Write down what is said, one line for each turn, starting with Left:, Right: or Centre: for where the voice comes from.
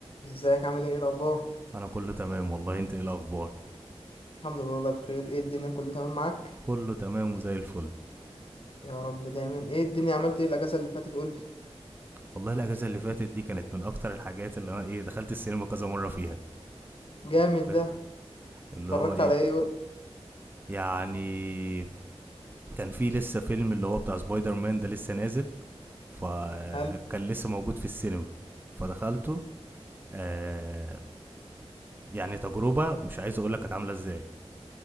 Left: ازيك عامل ايه إيه الاخبار
Right: انا كله تمام والله انت ايه الاخبار
Left: الحمد لله والله بخير ايه الدنيا كله تمام معاك
Right: كله تمام وزي الفل
Left: يا رب دايما ايه الدنيا عملت ايه الاجازه اللي فاتت قول لي.
Right: والله الاجازه اللي فاتت دي كانت من اكتر الحاجات اللي انا ايه دخلت السينما كذا مره فيها
Left: جامد
Right: انت فاهم
Left: ده
Right: اللي
Left: اتفرجت
Right: هو ايه
Left: على ايه قول لي.
Right: يعني كان في لسه فيلم اللي هو بتاع سبايدر مان ده لسه نازل فكان
Left: قال
Right: لسه موجود في السينما فدخلته آه يعني تجربه مش عايز اقول لك كانت عامله ازاي